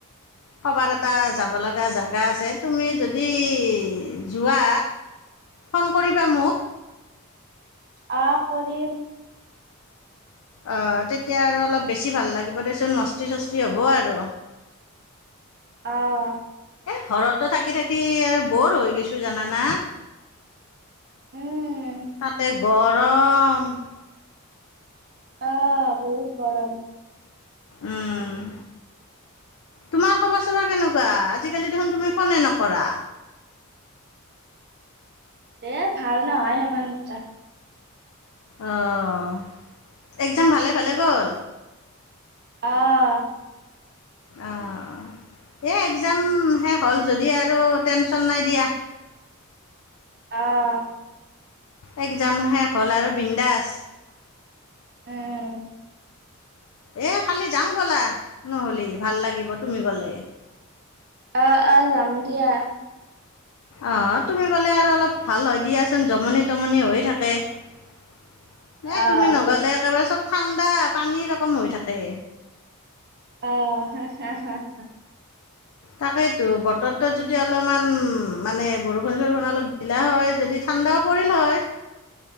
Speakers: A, on the left; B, on the right.
A: ক'বাত এটা যাব লগা জেগা আছে তুমি যদি যোৱা ফোন কৰিবা মোক।
B: অহ কৰিম
A: অ তেতিয়া আৰু অলপ বেছি ভাল লাগিব দেচোন মস্তি চস্তি হ'ব আৰু
B: আহ
A: ঘৰতো থাকি থাকি আৰু বৰ হৈ গৈছো জানা নে?
B: উম
A: তাতে গৰম
B: অ--হ বহুত গৰম
A: উম তোমাৰ খবৰ চবৰ কেনেকুৱা? আজিকালি দেখোন তুমি ফোনে নকৰা।
B: এ ভাল নহয় সেমান এটা
A: অঁ এক্সজাম ভালে ভালে গ'ল
B: অ'
A: অ' এই এক্সজাম শেষ হ'ল যদি আৰু টেনচন নাই দিয়া।
B: অ'
A: এক্সাম শেষ হ'ল আৰু বিন্দাস।
B: উম
A: এই কালি যাওঁ ব'লা নহ'লে, ভাল লাগিব তুমি গ'লে।
B: অ' অ' যাম দিয়া।
A: অ' তুমি গ'লে আৰু অলপ ভাল হৈ দিয়াচোন জমনি-তমনি হৈ থাকে। এই
B: আহ
A: তুমি নগ'লে একেবাৰে চ'ব ঠাণ্ডা পানী ৰকম হৈ থাকে।
B: অ' হাহ, হাহ, হাহ
A: তাকেইটো বতৰটো যদি অলপমান মানে বৰষুণ-চৰষুণ অলপ দিলে হয় যদি ঠাণ্ডাও পৰিল হয়।